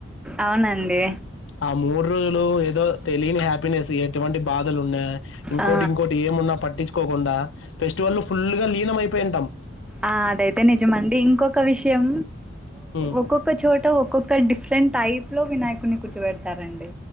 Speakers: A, in the centre; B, on the left.
A: అవునండి
B: ఆ మూడు రోజులు ఏదో తెలియని హ్యాపీనెస్ ఎటువంటి బాధలు ఉన్నాయా ఇంకోటి
A: ఆ
B: ఇంకోటి ఏమున్నా పట్ పట్టించుకోకుండా ఫెస్టివల్ ను ఫుల్ గా లీనం అయిపోయింటాం
A: ఆ అదైతే నిజమండి ఇంకొక విషయం
B: హ్మ్.
A: ఒక్కొక్క చోట ఒక్కొక్క ఇక్కడ డిఫరెంట్ టైప్ లో వినాయకుడిని కూర్చోబెడతారండి